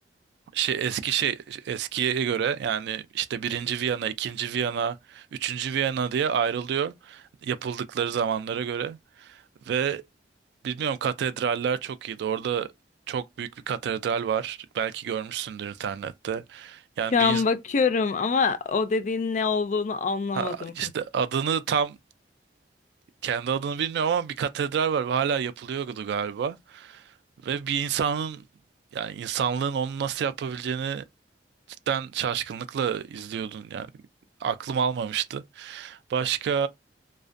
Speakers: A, on the right (about 65°); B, on the left (about 45°).
A: şey eski şey eskiye göre yani işte birinci Viyana, ikinci Viyana, üçüncü Viyana diye ayrılıyor yapıldıkları zamanlara göre ve bilmiyorum katedraller çok iyiydi. Orada çok büyük bir katedral var. Belki görmüşsündür internette. Yani
B: Şu an
A: bir ins-
B: bakıyorum ama o dediğin ne olduğunu anlamadım.
A: ha, işte adını tam kendi adını bilmiyorum ama bir katedral var ve hala yapılıyordu galiba. Ve bir insanın yani insanlığın onu nasıl yapabileceğini cidden şaşkınlıkla izliyordun yani. Aklım almamıştı. Başka